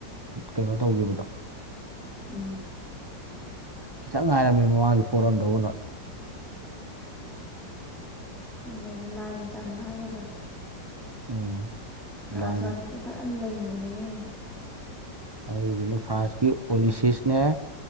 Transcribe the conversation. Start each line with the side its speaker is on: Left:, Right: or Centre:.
Right: ꯀꯩꯅꯣ ꯇꯧꯒꯤꯕꯗꯣ
Centre: ꯎꯝ
Right: ꯈꯤꯇꯪ ꯉꯥꯏꯔꯝꯅꯦ ꯃꯃꯥꯡꯖꯨ ꯄꯣꯔꯝꯗꯧꯕ ꯅꫭꯏ
Centre: ꯍꯪꯒꯦꯗ ꯂꯥꯏꯅ ꯆꯥꯟꯕ ꯍꯥꯏꯒꯗ꯭ꯔꯥ
Right: ꯎꯝ
Centre: ꯐ꯭ꯔꯥꯟꯁꯀꯥꯟꯗꯗꯤ
Right: ꯂꯥꯏꯅ
Centre: ꯐꯖꯅ ꯂꯦꯡꯕꯅꯦꯍ
Right: ꯑꯩꯒꯤꯅꯤ ꯐ꯭ꯔꯥꯟꯁꯀꯤ ꯑꯣꯂꯤꯁꯤꯁꯅꯦ